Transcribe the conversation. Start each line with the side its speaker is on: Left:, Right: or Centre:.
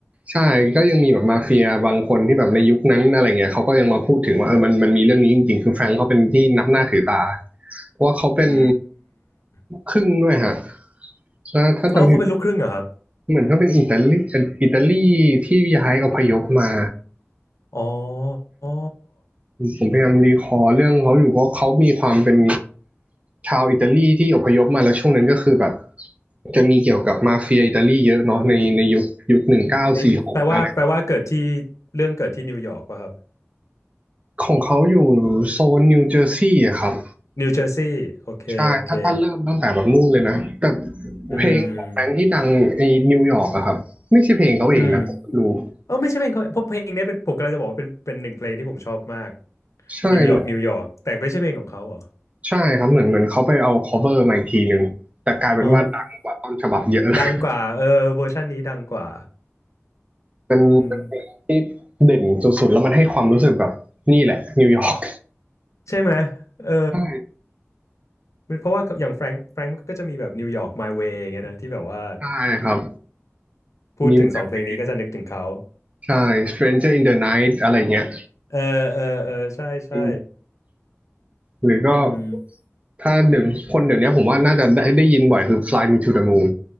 Right: ใช่ก็ยังมีแบบมาเฟียบางคนที่แบบในยุคนั้นอะไรเงี้ยเขาก็ยังมาพูดถึงว่าเออมันมันมีเรื่องนี้จริงๆคือแฟรงค์เขาเป็นที่นับหน้าถือตาเพราะว่าเขาเป็น
Left: อืม
Right: ครึ่งด้วยฮะถ้าถ้าจำ
Left: อ๋อ เขาเป็นลูกครึ่งเหรอครับ
Right: เหมือนก็เป็นอิตาลีอิตาลีที่ย้ายอพยพมา
Left: อ๋ออ๋อ
Right: ผมพยายามรีคอร์เรื่องเขาอยู่เพราะเขามีความเป็นชาวอิตาลีที่อพยพมาแล้วช่วงนั้นก็คือแบบจะมีเกี่ยวกับมาเฟียอิตาลีเยอะเนาะในในยุคยุคหนึ่งเก้าสี่หกอะไร
Left: นี่ แปลว่า แปลว่าเกิดที่ เรื่องเกิดที่นิวยอร์กวะครับ
Right: ของเขาอยู่โซนนิวเจอร์ซีย์อะครับ
Left: นิวเจอร์ซีย์โอเค
Right: ใช่ถ้าถ้าเริ่มตั้งแต่แบบนู่นเลยนะแต่
Left: โอเคอืม
Right: เพลงของแฟรงค์ที่ดังในนิวยอร์กอะครับไม่ใช่เพลงเขาเองนะผมรู้
Left: อืมเออไม่ใช่เพลงเขาเพราะเพลงเนี้ยเป็นผมกำลังจะบอกว่าเป็นเป็นหนึ่งเพลงที่ผมชอบมาก
Right: ใช่เหมือน
Left: นิวยอร์กนิวยอร์กแต่ไม่ใช่เพลงของเขาเหรอ
Right: ใช่ครับเหมือนเหมือนเขาไปเอา cover มาอีกทีหนึ่งแต่กลายเป็นว่าดังกว่าต้นฉบับเยอะเลย
Left: อ๋อ ดังกว่าเออเวอร์ชันนี้ดังกว่า
Right: เป็นเป็นเพลงที่เด่นสุดๆแล้วมันให้ความรู้สึกแบบนี่แหละนิวยอร์ก
Left: อืมใช่ไหมเออ
Right: ใช่
Left: มันเพราะว่าอย่างแฟรงค์แฟรงค์ก็จะมีแบบนิวยอร์ก My Way อย่างเงี้ยนะที่แบบว่า
Right: ใช่ครับ
Left: พูดถึงสองเพลงนี้ก็จะนึกถึงเขา
Right: มี My Way ใช่ Stranger in the Night อะไรเงี้ย
Left: เออ เออเออใช่ ใช่
Right: เป็หรือก็
Left: อืม
Right: ถ้าเดี๋ยวคนเดี๋ยวนี้ผมว่าน่าจะได้ได้ยินบ่อยคือ Fly Me to the Moon